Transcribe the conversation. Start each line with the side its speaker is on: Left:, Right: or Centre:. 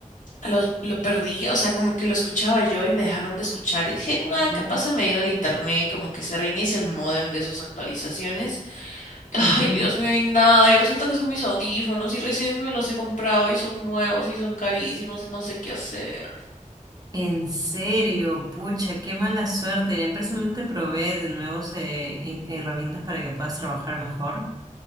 Left: los- lo perdí, o sea, como que lo escuchaba yo y me dejaron de escuchar. Y dije, nada,
Right: ujú,
Left: capaz se me ha ido el internet, como que se reinicia el módem de sus actualizaciones. Ay,
Right: ujú.
Left: Dios mío, y nada. Y resulta que son mis audífonos y recién me los he comprado y son nuevos y son carísimos y no sé qué hacer.
Right: En serio, pucha, qué mala suerte. La empresa no te provee de nuevos eh, in- herramientas para que puedas trabajar mejor.